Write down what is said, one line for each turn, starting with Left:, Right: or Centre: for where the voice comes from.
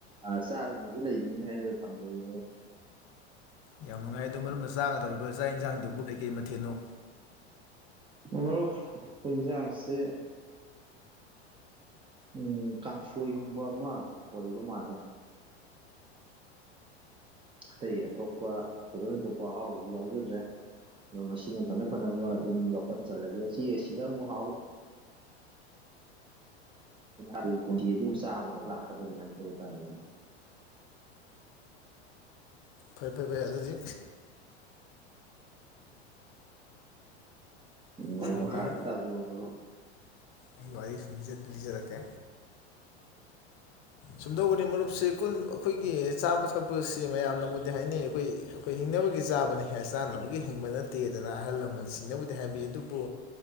Right: ꯑ ꯆꯥꯗꯅꯁꯨ ꯂꯩꯒꯅꯤ ꯍꯥꯏꯅ ꯊꯝꯖꯒꯦ ꯃꯔꯨꯞ
Left: ꯌꯥꯝ ꯅꯨꯡꯉꯥꯏ ꯑꯗꯣ ꯃꯔꯝ ꯆꯥꯒꯗꯧꯔꯤꯕ ꯆꯥꯛ ꯌꯦꯟꯁꯥꯡꯗꯨꯕꯨ ꯀꯩꯀꯩ ꯃꯊꯦꯠꯅꯣ
Right: ꯃꯔꯨꯞ ꯍꯦꯟꯖꯥꯡꯁꯦ ꯎꯝ ꯀꯥꯡꯁꯣꯏꯒꯨꯝꯕ ꯑꯃ ꯑꯣꯏꯕ ꯃꯥꯜꯂꯦ ꯑꯇꯩ ꯑꯇꯣꯞꯄ ꯊꯣꯏꯗꯣꯡ ꯍꯦꯟꯗꯣꯡꯄ ꯑꯍꯥꯎꯕꯗꯤ ꯌꯥꯎꯖꯗ꯭ꯔꯦ ꯑ ꯃꯁꯤꯅ ꯐꯅ ꯐꯅꯕ ꯑꯗꯨꯝ ꯂꯧꯈꯠꯆꯔꯒꯦ ꯑꯁꯤ ꯑꯁꯤꯗ ꯑꯃꯨꯛ ꯍꯥꯎ <inaudible> ꯑꯗꯨꯝ ꯆꯥꯕꯗ ꯂꯥꯛꯀꯗꯧꯔꯤꯕ ꯍꯥꯏꯖꯕ ꯇꯥꯔꯦꯅꯦ
Left: ꯐꯩ ꯐꯩ ꯐꯩ ꯑꯗꯨꯗꯤ
Right: ꯎꯝ ꯋꯥꯔꯤ
Left: ꯁꯥꯕꯤꯌꯨ
Right: ꯃꯈꯥ ꯑꯗꯨꯝ ꯇꯥꯕꯤꯔꯧ ꯃꯔꯨꯞ
Left: ꯑꯩ ꯋꯥꯔꯤ ꯁꯨꯝꯖꯤꯠ ꯂꯤꯖꯔꯛꯀꯦ ꯁꯨꯝꯗꯧꯕꯅꯤ ꯃꯔꯨꯞꯁꯦ ꯀꯨꯟ ꯑꯈꯣꯏꯒꯤ ꯆꯥꯃ ꯊꯛꯄꯁꯤ ꯃꯌꯥꯝꯅꯕꯨꯗꯤ ꯍꯥꯏꯅꯩ ꯈꯨꯏ ꯑꯈꯣꯏ ꯍꯤꯡꯅꯕꯒꯤ ꯆꯥꯕꯅꯦ ꯍ ꯆꯥꯅꯕꯒꯤ ꯍꯤꯡꯕ ꯅꯠꯇꯦꯗꯅ ꯑꯍꯜ ꯂꯃꯟꯁꯤꯡꯅꯕꯨꯗꯤ ꯍꯥꯏꯕꯤ ꯑꯗꯨꯕꯨ